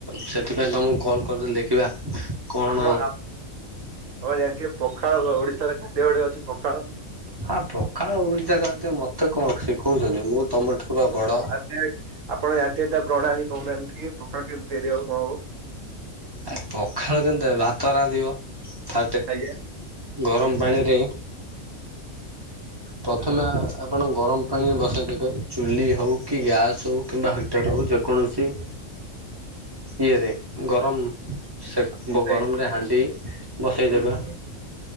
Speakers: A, on the right; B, on the right.
A: ସେଥିପାଇଁ ତମକୁ କଲ୍ କରିଦେଲି ଦେଖିବା କଣ
B: ଆପଣ ଆପଣ ଜାଣିଥିବେ ପଖାଳ ଓଡିଶାର ଖାଦ୍ୟ ଗଟେ ଅଛି ପଖାଳ
A: ହଁ ପଖାଳ ଓଡ଼ିଶା ଖାଦ୍ୟ ମତେ କଣ ଶିଖଉଛନ୍ତି ମୁଁ ତମଠାରୁ ବା ବଡ।
B: ସେ ଆପଣ ଜାଣିଥିବେ ତା ପ୍ରଣାଳୀ କହୁନାହାନ୍ତି ଟିକେ ପଖାଳ କେମିତି ତିଆରି ହବ କଣ ହବ
A: ଆ ପଖାଳ କେମିତି ଭାତ ରାନ୍ଧିବ ଫାଷ୍ଟ
B: ଆଜ୍ଞା
A: ଗରମ ପାଣିରେ
B: ହୁଁ ଆଜ୍ଞା
A: ପ୍ରଥମେ ଆପଣ ଗରମ ପାଣି ବସେଇ ଦେବେ ଚୁଲି ହଉ କି ଗ୍ୟାସ୍ ହଉ କିମ୍ବା ହଟର ହେଉ ଯେକୌଣସି ଇଏରେ ଗରମ ସେ ଗରମରେ
B: ଆଜ୍ଞା
A: ହାଣ୍ଡି ବସେଇ
B: ହୁଁ
A: ଦେବେ